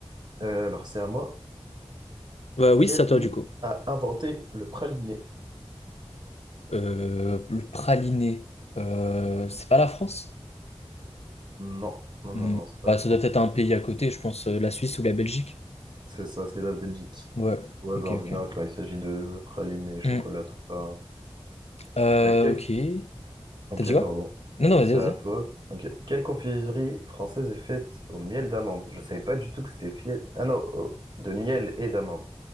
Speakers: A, on the right (about 45°); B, on the left (about 75°).
A: Euh, alors, c'est à moi.
B: Bah oui,
A: Quel
B: c'est à
A: pays
B: toi, du coup.
A: a inventé le praliné?
B: Euh, le praliné. Euh, c'est pas la France?
A: Non, non,
B: Hmm.
A: non, non, c'est pas
B: Bah,
A: la France.
B: ça doit être un pays à côté, je pense, euh, la Suisse ou la Belgique.
A: C'est ça, c'est la Belgique.
B: Ouais.
A: Ouais,
B: Ok,
A: bah, en général,
B: ok.
A: quand il s'agit de praliné, chocolat,
B: Hmm.
A: tout ça.
B: Euh,
A: Euh, quel...
B: ok.
A: Ok,
B: T'as dit quoi?
A: pardon.
B: Non, non, vas-y,
A: C'est à
B: vas-y.
A: toi. Ok. Quelle confiserie française est faite au miel d'amande? Je savais pas du tout que c'était fiel. Ah non, au- de miel et d'amande.